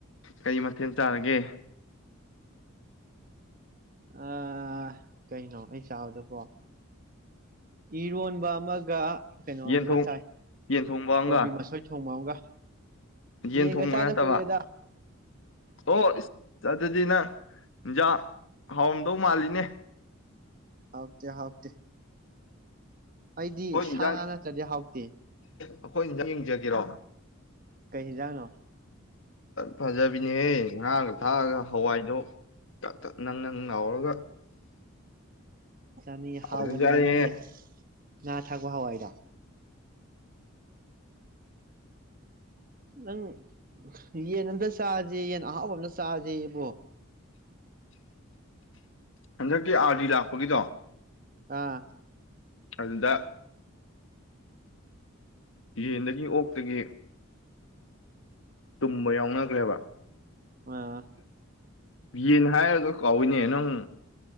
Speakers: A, on the left; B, on the right.
A: ꯀꯩ ꯃꯊꯦꯜ ꯆꯥꯔꯒꯦ
B: ꯑ ꯀꯩꯅꯣ ꯑꯩ ꯆꯥꯕꯗꯕꯣ ꯏꯔꯣꯟꯕ ꯑꯃꯒ ꯀꯩꯅꯣ
A: ꯌꯦꯟ
B: ꯑꯃꯝꯒ
A: ꯊꯣꯡ
B: ꯆꯥꯏ
A: ꯌꯦꯟ ꯊꯣꯡꯕ ꯑꯃꯒ
B: ꯀꯣꯕꯤ ꯃꯁꯣꯏ ꯊꯣꯡꯕ ꯑꯃꯒ <inaudible>
A: ꯌꯦꯟ
B: ꯌꯦꯟꯒ
A: ꯊꯣꯡꯕ
B: ꯆꯥꯗ
A: ꯅꯠꯇꯕ
B: ꯀꯨꯏꯔꯦꯗ
A: ꯑꯣ ꯑꯗꯨꯗꯤ ꯅꯪꯖꯥ ꯍꯥꯎꯔꯝꯗꯧ ꯃꯥꯜꯂꯤꯅꯦ
B: ꯍꯥꯎꯀꯦ ꯍꯥꯎꯛꯇꯦ ꯑꯩꯗꯤ ꯁꯥ
A: ꯏꯟꯖꯥꯡ
B: ꯉꯥ ꯅꯠꯇ꯭ꯔꯗꯤ ꯍꯥꯎꯇꯦ
A: ꯑꯩꯈꯣꯏ ꯏꯪ ꯌꯦꯡꯖꯒꯦꯔꯣ
B: ꯀꯩ ꯍꯤꯟꯖꯥꯡꯅꯣ
A: ꯐꯖꯕꯤꯅꯦꯍꯦ ꯉꯥꯒ ꯊꯥꯛꯑꯒ ꯍꯋꯥꯏꯗꯣ ꯅꯪ ꯅꯪ ꯂꯥꯎꯔꯒ
B: ꯆꯥꯅꯤ ꯍꯥꯎꯒꯅꯤꯗ
A: ꯍꯥꯎꯕꯖꯥꯠꯅꯤꯍꯦ
B: ꯅꯪꯒꯤ ꯉꯥ ꯊꯛꯄ ꯍꯋꯥꯏꯗ ꯅꯪ ꯌꯦꯟ ꯑꯝꯇ ꯆꯥꯁꯦ ꯌꯦꯟ ꯑꯍꯥꯎꯕ ꯑ ꯑꯃꯗ ꯆꯥꯁꯦ ꯏꯕꯣ
A: ꯍꯟꯗꯛꯀꯤ ꯑꯥꯔꯗꯤ ꯂꯥꯛꯄꯒꯤꯗꯣ
B: ꯑꯥ
A: ꯑꯗꯨꯗ ꯌꯦꯟꯗꯒꯤ ꯑꯣꯛꯇꯒꯤ ꯇꯨꯝꯕ ꯌꯥꯎꯅꯈ꯭ꯔꯦꯕ
B: ꯑꯥ
A: ꯌꯦꯅ ꯍꯥꯏꯔꯁꯨ ꯀꯧꯏꯅꯦ ꯅꯪ